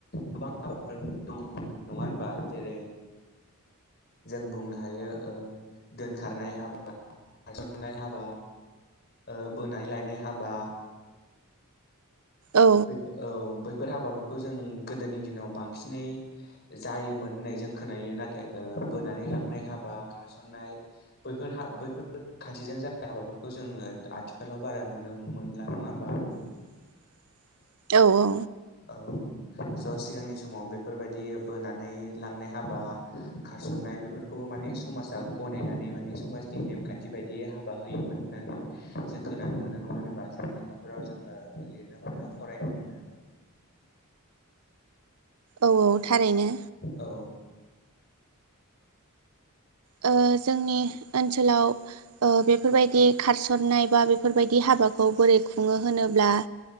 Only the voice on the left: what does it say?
गोबां हाबाफोर दङ नङा होनबा जेरै जों बुंनो हायो ओ दोनखारनाय हाबा खारसननाय हाबा ओ बोनानै लायनाय हाबा
बे औ। बैफोर हाबाफोरखौ जों गोदोनि दिनाव बांसिनै जायोमोन होननाय जों खोनायो नाथाय बोनानै लांनाय हाबा खारसनाय बैफोर बैफोर खान्थिजों ज हाबाफोरखौ जों जोङो आथिखालाव बारा नुनो मोनला नङा होमबा?
<unintelligible> स' सिगांनि समाव बेफोरबायदि बोनानै लांनाय हाबा खारसननाय बेफोरखौबो माने नै समाजा गनायनानै माने समाजनि नेमखान्थि बायदियै हाबा होयोमोन होननानै जों खोनानो मोनो नङा होनोबा जों लेखाफोराव जोङो लिरनो मोनो फरायनो मोनो।
औ